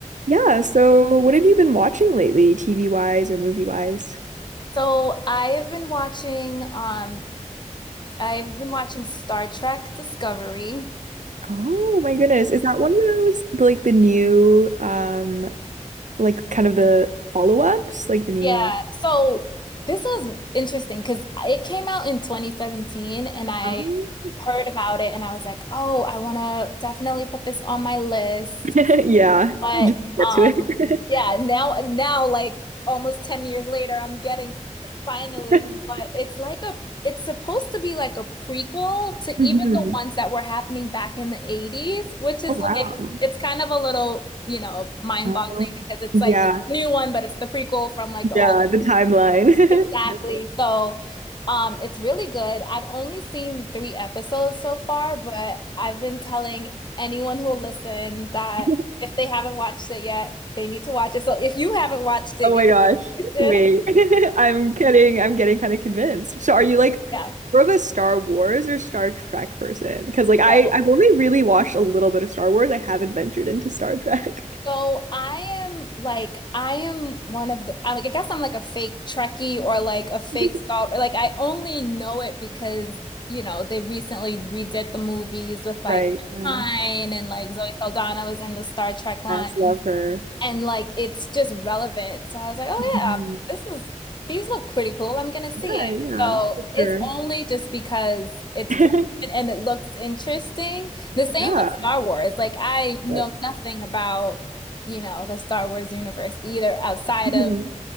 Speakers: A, on the right; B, on the left.
A: Yeah, so what have you been watching lately, TV wise or movie wise?
B: So I have been watching um I've been watching Star Trek Discovery.
A: Oh my goodness. Is that one of those like the new um like kind of the follow-ups, like the new
B: Yeah. So this was interesting because it came out in 2017 and I
A: Oh.
B: heard about it and I was like, "Oh, I want to definitely put this on my list."
A: <laughs> Yeah,
B: But
A: you just get
B: um
A: to it.
B: yeah, now now like almost 10 years later I'm getting it finally,
A: <laughs>
B: but it's like a it's supposed to be like a prequel to
A: hmm
B: even the ones that were happening back in the 80s, which is
A: Oh wow.
B: like it's kind of a little, you know, mind-boggling
A: Um,
B: because it's
A: yeah,
B: like it's a new one, but it's the prequel from like the
A: yeah,
B: old
A: the timeline.
B: one.
A: <laughs>
B: Exactly.
A: Definitely.
B: So, um, it's really good. I've only seen three episodes so far, but I've been telling anyone who'll listen that
A: <laughs>
B: if they haven't watched it yet, they need to watch it. So if you haven't watched it
A: Oh
B: yet,
A: my gosh.
B: <laughs> you should.
A: Wait. <laughs> I'm kidding. I'm getting kind of convinced. So are you like
B: Yeah.
A: more of a Star Wars or Star Trek person? Because like I
B: So,
A: I've only really watched a little bit of Star Wars. I haven't ventured into Star Trek.
B: so I am like I am one of the I, I guess I'm like a fake Trekkie or like a fake
A: <laughs>
B: Star or like I only know it because, you know, they recently redid the movies with like
A: Right. Yeah.
B: Pine and like Zoe Saldana was in the Star Trek line.
A: Yes, love her.
B: and like it's just relevant. So I was like, oh
A: Mhm.
B: yeah, this is these look pretty cool. I'm gonna see
A: Yeah,
B: it.
A: yeah,
B: So
A: for
B: it's
A: sure.
B: only just because it's
A: <laughs>
B: relevant and it looks interesting. The same
A: Yeah.
B: with Star Wars. Like I know
A: But-
B: nothing about, you know, the Star Wars universe either outside
A: Mhm.
B: of